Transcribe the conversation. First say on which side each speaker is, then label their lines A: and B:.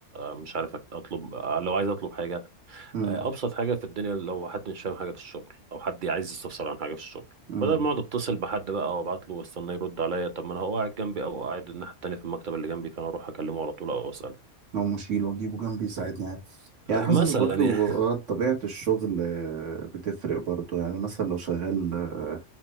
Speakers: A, on the right; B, on the right.
A: مش عارف أك- اطلب لو عايز اطلب حاجة
B: مم.
A: آه، ابسط حاجه في الدنيا لو حد مش فاهم حاجه في الشغل او حد عايز يستفسر عن حاجه في الشغل
B: مم.
A: بدل ما اقعد اتصل بحد بقى وابعت له واستنى يرد عليا طب ما انا هو قاعد جنبي او قاعد الناحيه التانيه في المكتب اللي جنبي فانا اروح اكلمه على طول او اساله
B: لو مشيل واجيبه جنبي يساعدني يعني يعني حاسس
A: مثلا
B: برضو
A: يعني <laughs>
B: آه، طبيعة الشغل آه، بتفرق برضو يعني مثلا لو شغال آه،